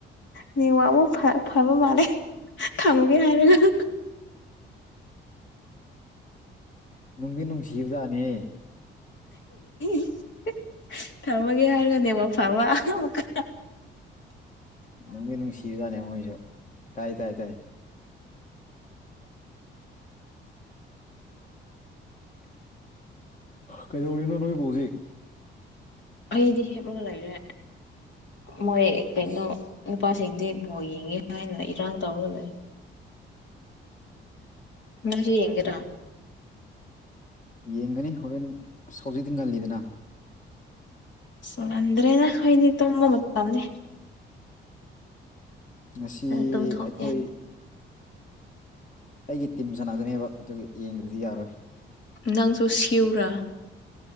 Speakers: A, on the left; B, on the left.
A: ꯅꯦꯋꯥꯛ ꯑꯃꯨꯀ ꯐꯕ ꯃꯥꯂꯦ ꯊꯝꯃꯒꯦ ꯍꯥꯏꯔꯒꯥ
B: ꯅꯨꯡꯗꯤ ꯅꯨꯡꯁꯤꯕꯖꯥꯠꯅꯦ
A: <inaudible> ꯊꯝꯃꯒꯦ ꯍꯥꯏꯔꯒꯥ ꯅꯦꯋꯥꯀ ꯐꯕ ꯑꯃꯨꯛꯀꯥ
B: ꯅꯨꯡꯗꯤ ꯅꯨꯡꯁꯤꯕꯖꯥꯠꯅꯦ <unintelligible> ꯇꯥꯏ ꯇꯥꯏ ꯇꯥꯏ ꯀꯩꯗꯧꯔꯤꯅꯣ ꯅꯣꯏꯕꯨ ꯍꯧꯖꯤꯛ
A: ꯑꯩꯗꯤ ꯍꯦꯞꯂꯒ ꯂꯩꯔꯦ ꯃꯣꯏ ꯀꯩꯅꯣ
B: ꯑꯁ
A: ꯅꯨꯄꯥꯁꯤꯡꯗꯤ ꯕꯣꯜ ꯌꯦꯡꯉꯦ ꯍꯥꯏꯅ ꯏꯔꯥꯡ ꯇꯧꯔ ꯂꯩ ꯅꯪꯁꯨ ꯌꯦꯡꯒꯦꯔꯥ
B: ꯌꯦꯡꯒꯅꯤ ꯍꯣꯔꯦꯟ ꯍꯧꯖꯤꯛꯇꯤ ꯉꯜꯂꯤꯗꯅ
A: ꯉꯟꯗꯔ꯭ꯦꯗꯥ ꯈꯣꯏꯗꯤ ꯇꯨꯝꯕꯥ ꯃꯠꯇꯝꯅꯤ
B: ꯉꯁꯤ
A: ꯇꯨꯝꯊꯣꯛꯀꯦ
B: ꯑꯩꯈꯣꯏ ꯑꯩꯒꯤ ꯇꯤꯝ ꯁꯥꯟꯅꯒꯅꯦꯕ ꯑꯗꯨ ꯌꯦꯡꯗ꯭ꯔꯗꯤ ꯌꯥꯔꯣꯏ
A: ꯅꯪꯖꯨ ꯁꯤꯎꯔꯥ